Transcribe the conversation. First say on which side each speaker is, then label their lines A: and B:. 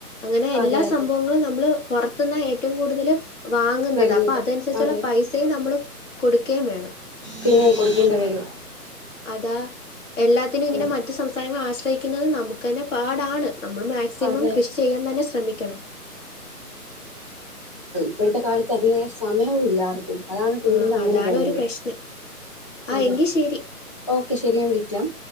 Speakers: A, on the left; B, on the left.
A: അങ്ങനെ എല്ലാ
B: അതെ അതെ
A: സംഭവങ്ങളും നമ്മള് പൊറത്തുന്ന ഏറ്റവും കൂടുതല് വാങ്ങുന്നത്
B: വരുന്നത്
A: അപ്പൊ അതനുസരിച്ചുള്ള
B: അതെ
A: പൈസയും നമ്മള് കൊടുക്കയും വേണം
B: പിന്നെ കൊടുക്കേണ്ടി വരും
A: അതാ എല്ലാത്തിനുമിങ്ങനെ
B: ആ
A: മറ്റു സംസ്ഥാനങ്ങളെ ആശ്രയിക്കുന്നത് നമ്മുക്ക് തന്നെ പാടാണ് നമ്മള് മാക്സിമം
B: അതെ
A: കൃഷി ചെയ്യാൻ തന്നെ ശ്രമിക്കണം
B: ഇപ്പഴത്തെ കാലത്ത് അതിനുള്ള സമയവുയില്ലാർക്കും അതാണ് കൂടുതല്
A: ആ
B: അങ്ങനെ
A: അതാണ്
B: പോകുന്നത്
A: ഒരു പ്രശ്നം ആ
B: അതെ
A: എങ്കിൽ ശരി
B: ഓക്കെ ശെരി ഞാൻ വിളിക്കാം